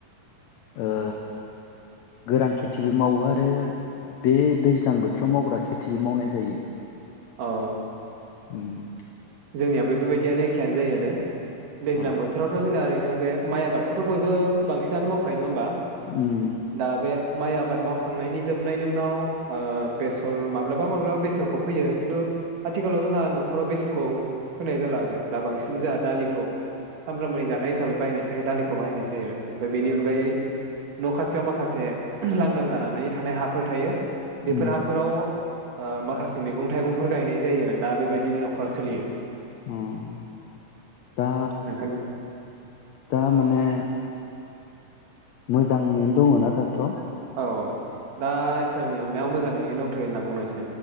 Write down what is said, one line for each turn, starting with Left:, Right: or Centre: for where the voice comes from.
Left: ओ गोरान खेथिबो मावो आरो बे दैज्लां बोथोराव मावग्रा खेथिबो मावनाय जायो।
Right: अ
Left: उम
Right: जोंनिया बेफोबायदियानो एखेयानो जायो आरो दैज्लां
Left: अ
Right: बोथोरावथ जोना ओरैनो बे माइ आबादखौथ' बयबो बांसि सिनानो मावखायो नङाहोमबा?
Left: उम
Right: दा बे माइ आबाद मावखांनायनि जोबनायनि उनाव ओ बेसर माब्लाबा माब्लाबा बेसरखौ फोयो खिन्थु आथिखालाव जोंहा न'खराव बेस खौ फोनाय जाला आरो दा बांसिन जोंहा दालिखौ सानफ्रामबोनि जानाय हिसाबै बायनायनि थाखाय दालिखौ बाहायनाय जायो आरो। ओमफाय बेनि अनगायै न' खाथियाव माखासे लांदां जानानै थानाय हाफोर थायो। बेफोर
Left: उम
Right: हाफोराव ओ माखासे मेगं थाइगंफोर गायनाय जायो आरो दा बेबायदि खआ सोलियो
Left: उम अ दा
Right: नोंथांनि
Left: दा माने मोजाङैनो दङना दाथ।
Right: औ दा इसोरनि अननायाव मोजां नै दंथयो होनना बुंनांसि